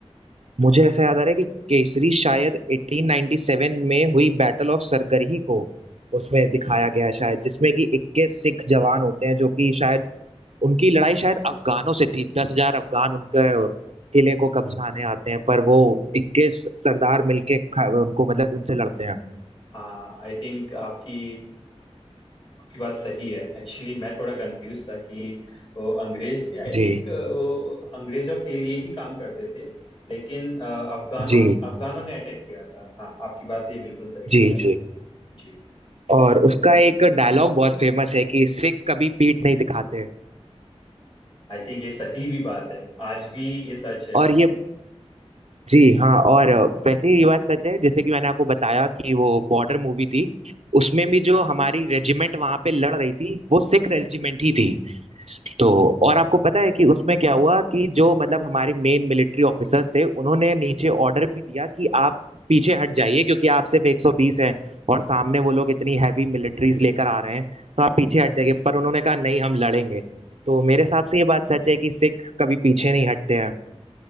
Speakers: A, on the right (about 70°); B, on the left (about 45°).
A: मुझे ऐसा याद आ रहा है कि केसरी शायद 1897 में हुई बैटल ऑफ सरगढ़ी को उसमें
B: हम्म।
A: दिखाया गया है शायद जिसमें कि 21 सिख जवान होते हैं जो कि शायद उनकी लड़ाई शायद अफगानों से थी दस हजार अफगान उनके किले को कब्जाने आते हैं पर वो 21 सरदार मिलके खा- उनको मतलब उनसे लड़ते हैं
B: हाँ आई थिंक आपकी आपकी बात सही है एक्चुअली मैं थोड़ा कंफ्यूज था कि वो अंग्रेज थे आई
A: जी
B: थिंक वो अंग्रेजों के लिए ही काम करते थे लेकिन अ, अफगानों
A: जी
B: अफगानों ने अटैक किया था हाँ आपकी बात ये बिल्कुल सही कही
A: जी
B: आपने
A: जी
B: जी
A: और उसका एक डायलॉग बहुत फेमस है कि सिख कभी पीठ नहीं दिखाते
B: आई थिंक ये सही भी बात है आज भी ये सच है
A: और ये जी हाँ और वैसे ही ये बात सच है जैसे कि मैंने आपको बताया कि वो बॉर्डर मूवी थी उसमें भी जो हमारी रेजिमेंट वहां पे लड़ रही थी वो सिख रेजिमेंट ही थी तो और आपको पता है कि उसमें क्या हुआ कि जो मतलब हमारे मेन मिलिट्री ऑफिसर्स थे उन्होंने नीचे ऑर्डर भी दिया कि आप पीछे हट जाइए क्योंकि आप सिर्फ 120 हैं और सामने वो लोग इतनी हैवी मिलिट्रीज लेकर आ रहे हैं तो आप पीछे हट जाइए पर उन्होंने कहा नहीं हम लड़ेंगे तो मेरे हिसाब से ये बात सच है कि सिख कभी पीछे नहीं हटते